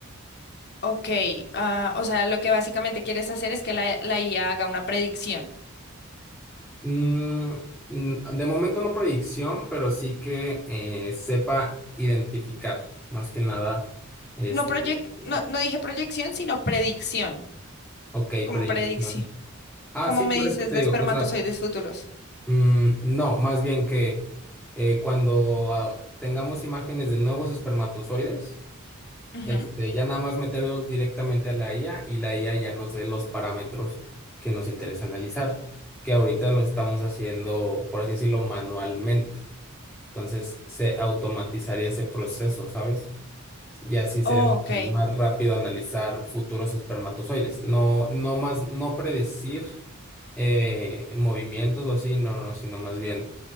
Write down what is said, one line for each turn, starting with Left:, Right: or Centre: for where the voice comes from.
Left: Ok, ah, o sea, lo que básicamente quieres hacer es que la, la IA haga una predicción.
Centre: Mm, mm, de momento no predicción, pero sí que eh, sepa identificar, más que nada, este,
Left: No, proyec-
Centre: eh,
Left: no, no dije proyección, sino predicción.
Centre: ok,
Left: Como
Centre: predicción.
Left: predicción.
Centre: Ah,
Left: Como
Centre: sí,
Left: me
Centre: por
Left: dices
Centre: eso te
Left: de
Centre: digo,
Left: espermatozoides
Centre: o sea,
Left: futuros?
Centre: mm, no, más bien que eh, cuando ah, tengamos imágenes de nuevos espermatozoides,
Left: Ujú.
Centre: este, ya nada más meterlos directamente a la IA y la IA ya nos dé los parámetros que nos interesa analizar, que ahorita lo estamos haciendo, por así decirlo, manualmente. Entonces se automatizaría ese proceso, ¿sabes? Y así sería
Left: Oh,
Centre: mucho
Left: ok.
Centre: más rápido analizar futuros espermatozoides. No, no más, no predecir eh, movimientos o así, no, no, sino más bien